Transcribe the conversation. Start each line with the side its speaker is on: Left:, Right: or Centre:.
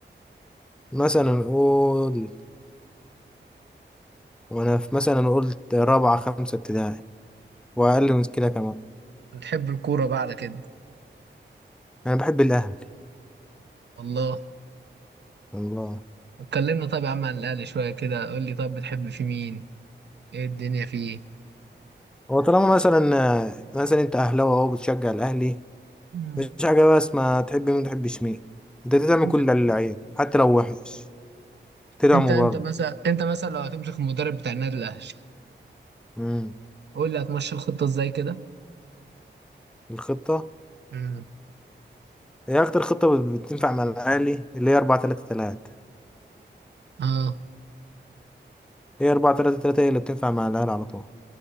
Centre: مثلا نقول وأنا في مثلا نقول رابعة خمسة ابتدائي وأقل من كده كمان
Right: بتحب الكوره بقى على كده
Centre: أنا بحب الأهلي
Right: والله
Centre: الله
Right: اتكلمنا طب يا عم عن الاهلي شويه كده قول لي طب بتحب في مين ايه الدنيا فيه
Centre: هو طالما مثلا مثلا أنت أهلاوي أهو بتشجع الأهلي
Right: مم.
Centre: مش حاجة بس ما تحب مين ما تحبش مين أنت تعمل
Right: انت
Centre: كل اللعيب حتى لو وحش تدعمه
Right: انت انت
Centre: برضه
Right: مثلا انت مثلا لو هتمسك المدرب بتاع النادي الاهلي
Centre: امم
Right: قول لي هتمشي الخطه ازاي كده
Centre: الخطة
Right: امم
Centre: هي أكتر خطة بت- بتنفع مع الأهلي اللي هي 4 3 3
Right: اه
Centre: هي 4 3 3 هي اللي بتنفع مع الأهلي على طول